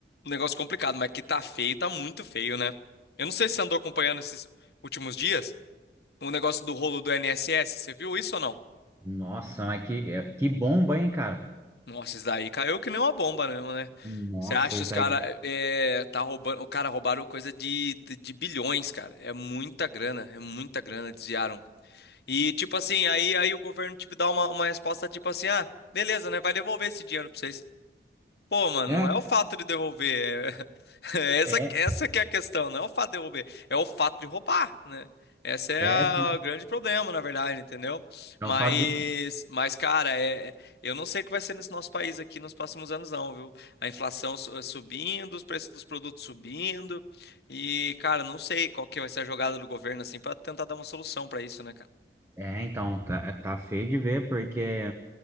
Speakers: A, on the left; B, on the right.
A: negócio complicado, mas que tá feio, tá muito feio, né? Eu não sei se você andou acompanhando esses últimos dias o negócio do rolo do INSS, você viu isso ou não?
B: Nossa, mas que, é- que bomba, hein, cara?
A: Nossa, isso daí caiu que nem uma bomba mesmo, né?
B: Nossa,
A: Você acha que
B: isso
A: os caras
B: aí.
A: é, tá roubando, o cara roubaram coisa de, de bilhões, cara. É muita grana, é muita grana, desviaram. E tipo assim, aí aí o governo tipo dá uma, uma resposta tipo assim: "Ah, beleza, né? Vai devolver esse dinheiro pra vocês". Pô, mano,
B: É,
A: não é o fato de devolver. é- <laughs> é Essa,
B: é,
A: essa que é a questão, não é o fato de devolver, é o fato de roubar, né? Esse é
B: é,
A: a-
B: sim.
A: o grande problema, na verdade, entendeu?
B: É
A: Mas,
B: o fato de.
A: mas cara, é, eu não sei o que vai ser nesse nosso país aqui nos próximos anos, não, viu? A inflação su- eh, subindo, os preços dos produtos subindo, e, cara, não sei qual que vai ser a jogada do governo, assim, pra tentar dar uma solução pra isso, né, cara?
B: É, então, tá, tá feio de ver, porque.